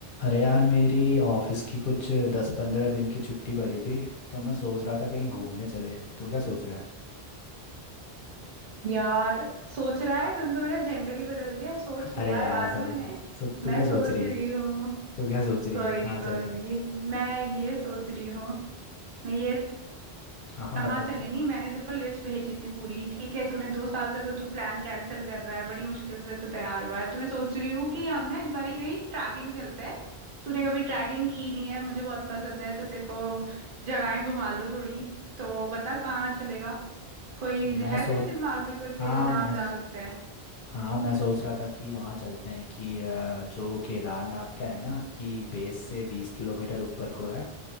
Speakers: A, on the left; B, on the right.
A: अरे यार मेरी ऑफिस की कुछ दस पंद्रह दिन की छुट्टी पड़ी थी तो मैं सोच रहा था कहीं घूमने चले तू क्या सोच रहा
B: यार सोच रहा है तुम तो मेरा जेंडर ही बदल दिया सोच
A: है <laughs> अरे
B: लिया
A: यार
B: यार
A: सॉरी
B: मैंने
A: सो तू
B: मैं
A: क्या सोच
B: सोच
A: रही
B: रही
A: है
B: हूँ
A: तू क्या सोच रही
B: कोई
A: है कहाँ
B: नहीं कोई
A: चले
B: नहीं मैं ये सोच रही हूँ मैं ये
A: हाँ हाँ
B: कहाँ
A: बता
B: चले
A: बता
B: नहीं मैंने तेरे को लिस्ट भेजी थी पूरी ठीक है तूने दो साल से तो तू प्लान कैंसिल कर रहा है बड़ी मुश्किल से तू तैयार हुआ है तो मैं सोच रही हूँ कि हम ना इस बारी कहीं ट्रैकिंग चलते हैं तूने कभी ट्रैकिंग की नहीं है मुझे बहुत पसंद है तो तेरे को जगहें घुमा लूँ थोड़ी तो बता कहाँ चलेगा कोई
A: मैं
B: है
A: सोच
B: तेरे दिमाग में कोई
A: हाँ
B: प्लेस जहाँ
A: मैं
B: हम जा सकते हैं
A: हाँ मैं सोच रहा था कि वहाँ चलते हैं कि अ, जो केदारनाथ का है ना कि बेस से बीस किलोमीटर ऊपर को है